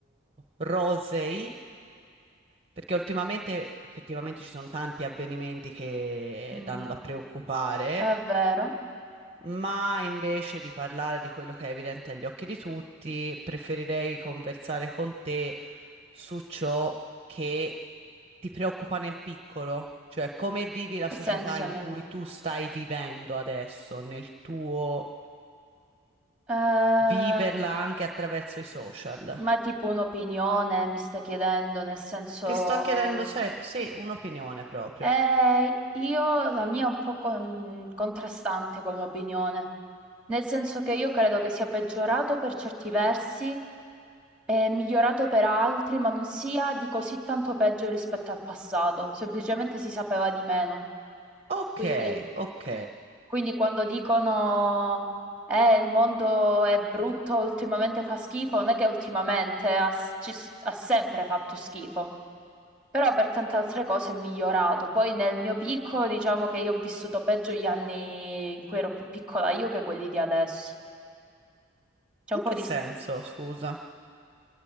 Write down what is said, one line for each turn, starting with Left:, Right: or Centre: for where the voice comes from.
Right: rosei, perché ultimamente effettivamente ci sono tanti avvenimenti che
Centre: Mm.
Right: danno da preoccupare,
Centre: È vero?
Right: ma invece di parlare di quello che è evidente agli occhi di tutti, preferirei conversare con te su ciò che ti preoccupa nel piccolo, cioè come vivi la
Centre: Che
Right: società
Centre: senso
Right: in
Centre: ne-
Right: cui tu stai vivendo adesso, nel tuo
Centre: Eh,
Right: viverla anche attraverso i social.
Centre: ma tipo un'opinione mi stai chiedendo, nel senso...
Right: Ti sto chiedendo se, sì, un'opinione proprio.
Centre: Eh, io la mia è un po' con- contrastante come opinione, nel senso che io credo che sia peggiorato per certi versi e migliorato per altri, ma non sia di così tanto peggio rispetto al passato, semplicemente si sapeva di meno.
Right: Ok,
Centre: Quindi,
Right: ok.
Centre: quindi quando dicono eh, il mondo è brutto, ultimamente fa schifo, non è che ultimamente ha, s- ci s- ha sempre fatto schifo. Però per tante altre cose è migliorato. Poi nel mio piccolo, diciamo che io ho vissuto peggio gli anni in cui ero più piccola io che quelli di adesso. C'è un
Right: In
Centre: po'
Right: che
Centre: di...
Right: senso, scusa?